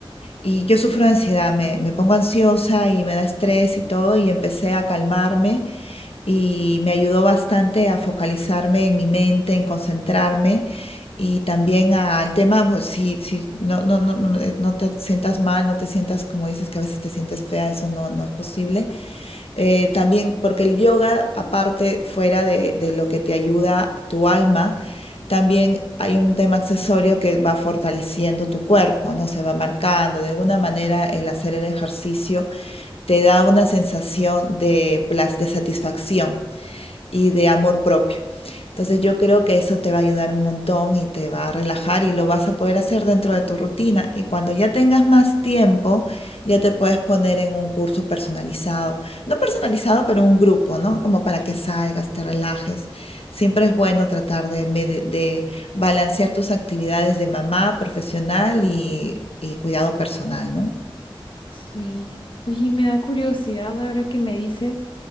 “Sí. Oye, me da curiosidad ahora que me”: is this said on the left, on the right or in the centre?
Left